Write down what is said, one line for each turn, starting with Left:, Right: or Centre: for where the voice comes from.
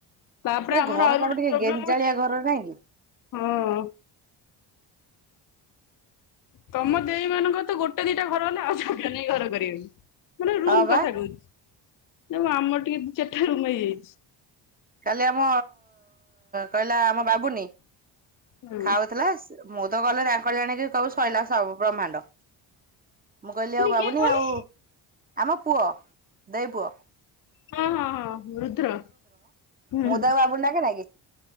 Left: ତାପରେ
Right: ଏ
Left: ଆମର
Right: ଘର
Left: ଆଉ
Right: ଟା
Left: ଗୋଟେ
Right: ବି ଟିକେ
Left: ପ୍ରୋବ୍ଲେମ
Right: ଗେଞ୍ଜାଳିଆ
Left: ଅଛି।
Right: ଘର ନାଇଁ କି?
Left: ହଁ ତମ ଦେଇ ମାନଙ୍କର ତ ଗୋଟେ ଦିଟା ଘର ହେଲା ଆଉ ଜାଗା ନାହିଁ ଘର କରିବାକୁ। ମାନେ ରୁମ୍
Right: ହଁ ବା
Left: କଥା କହୁଛି, ଜା ହଉ ଆମର ଟିକେ ଦି ଚାରିଟା ରୁମ୍ ହେଇଯାଇଛି।
Right: କାଲି ଆମ କହିଲା ଆମ ବାବୁନୀ
Left: ହୁଁ
Right: ଖାଉଥିଲା। ମୁଁ ତ ଗଲେ କଲ୍ୟାଣୀ କୁ କହିବୁ, ସରିଲା ସବୁ ପ୍ର୍ରହମାଣ୍ଡ ମୁଁ କହିଲି ଆଉ ବାବୁନି
Left: କିଏ କହନି
Right: ଆଉ ଆମ ପୁଅ, ଦେଇ ପୁଅ
Left: ହଁ ହଁ ହଁ ରୁଦ୍ର ହୁଁ
Right: ମୁଁ ତାକୁ ବାବୁନି ଡାକେ ନା କି?